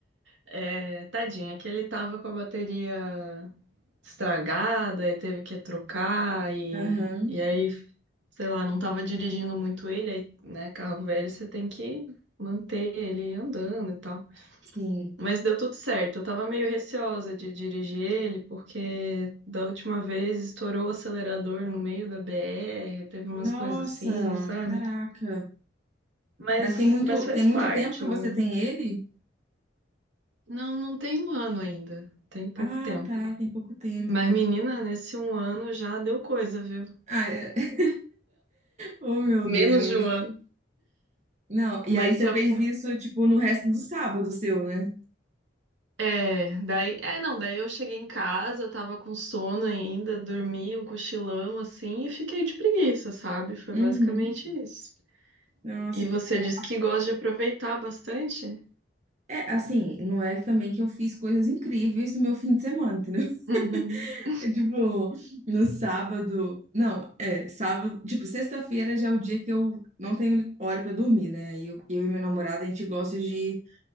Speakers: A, on the right; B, on the right.
A: é, tadinho, é que ele tava com a bateria estragada e teve que trocar, e,
B: Aham,
A: e aí, sei lá, não tava dirigindo muito ele, aí, né? Carro velho, você tem que manter ele andando e tal.
B: sim.
A: Mas deu tudo certo. Eu tava meio receosa de dirigir ele, porque da última vez estourou o acelerador no meio da BR, teve umas
B: Nossa,
A: coisas assim, sabe?
B: caraca.
A: Mas,
B: Mas tem muito,
A: mas faz
B: tem muito
A: parte.
B: tempo que
A: Eu-
B: você tem ele?
A: Não, não tem um ano ainda, tem pouco
B: Ah,
A: tempo.
B: tá, tem pouco tempo.
A: Mas, menina, nesse um ano já deu coisa, viu?
B: Ah, é. <laughs> Oh, meu
A: Menos
B: Deus.
A: de um ano.
B: Não, e
A: Mas
B: aí você
A: se
B: fez
A: a-
B: isso, tipo, no resto do sábado seu, né?
A: é, daí, é, não, daí eu cheguei em casa, eu tava com sono ainda, dormi um cochilão assim e fiquei de preguiça, sabe? Foi
B: Uhum.
A: basicamente isso.
B: Nossa,
A: E você
B: que top.
A: diz que gosta de aproveitar bastante?
B: É, assim, não é também que eu fiz coisas incríveis no meu fim de semana, entendeu? <laughs>
A: <laughs>
B: É tipo, no sábado. Não, é, sábado. Tipo, sexta-feira já é o dia que eu não tenho hora pra dormir, né? E Eu, eu e meu namorado, a gente gosta de